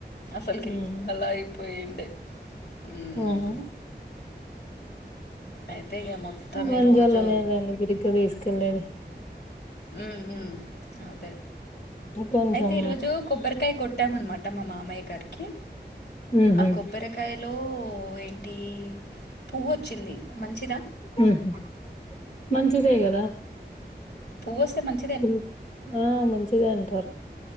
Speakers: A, on the left (about 65°); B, on the left (about 40°).
A: అసల్ కీ
B: హ్మ్
A: అలా అయ్యిపోయిండే ఉమ్
B: ఆహా
A: అయితే ఇక మొత్తం
B: మంజోళ్ళనే
A: ఈరోజు
B: లేండి బిరిగ్గా దీస్కెళ్లేది
A: ఉమ్ హుమ్ అదే
B: కొంచెం
A: ఐతే ఇ రోజూ కొబ్బరికాయ్ కొట్టామన్మాట మా మామయ్య గారికీ
B: ఉహు
A: ఆ కొబ్ బ్బెరకాయలో ఏంటీ పువ్వొచ్చింది మంచిదా
B: ఉమ్ హు మంచిదే గదా
A: పువ్వొస్తే మంచి
B: పూ ఆ మంచిదే అంటారు